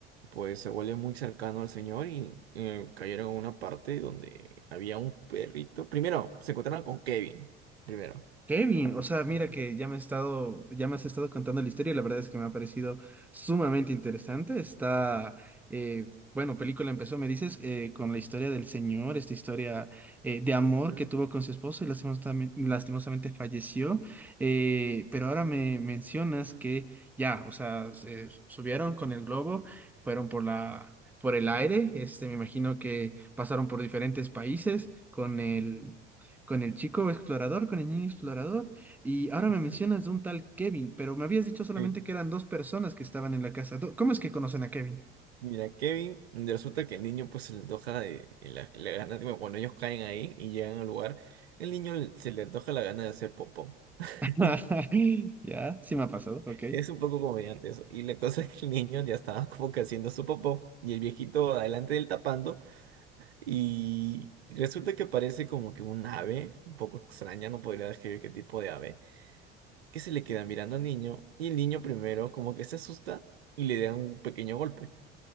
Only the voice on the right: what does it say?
pues se vuelve muy cercano al señor y eh, cayeron en una parte donde había un perrito. Primero, se encontraron con Kevin, primero.
Ujú,
ujú.
Sí.
Mira, Kevin, resulta que el niño pues se le antoja de, de la, la gana, bueno, cuando ellos caen ahí y llegan al lugar, el niño le- se le antoja la gana de hacer popó. <laughs>
Es un poco comediante eso. Y la cosa es que el niño ya estaba como que haciendo su popó y el viejito adelante del tapando y resulta que parece como que un ave, un poco extraña, no podría describir qué tipo de ave, que se le queda mirando al niño y el niño primero como que se asusta y le da un pequeño golpe.